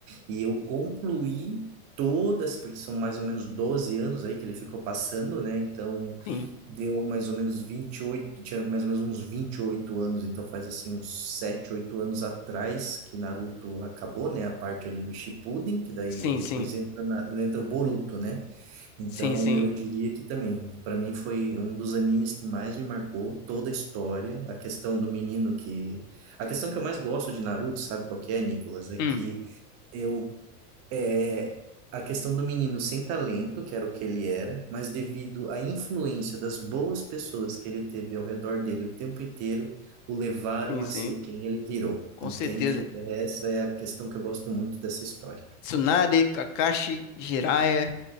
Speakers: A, on the right; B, on the left.
A: e eu concluí. Todas, porque são mais ou menos 12 anos aí que ele ficou passando, né? Então,
B: Sim,
A: Deu mais ou menos 28 tinha mais ou menos uns 28 anos, então faz assim uns 7 8 anos atrás que Naruto acabou, né? A parte ali do Shippuden, que daí
B: sim,
A: depois
B: sim,
A: entra, na- entra o Boruto, né? Então
B: sim, sim.
A: eu diria que também, para mim foi um dos animes que mais me marcou toda a história, a questão do menino que... A questão que eu mais gosto de Naruto, sabe qual que é, Nicolas? É
B: Hum,
A: que eu é a questão do menino sem talento, que era o que ele era, mas devido à influência das boas pessoas que ele teve ao redor dele o tempo inteiro, o levaram
B: sim,
A: a
B: sim,
A: ser quem ele virou.
B: com
A: Entende?
B: certeza.
A: Essa é a questão que eu gosto muito dessa história.
B: Tsunade, Kakashi, Jiraiya,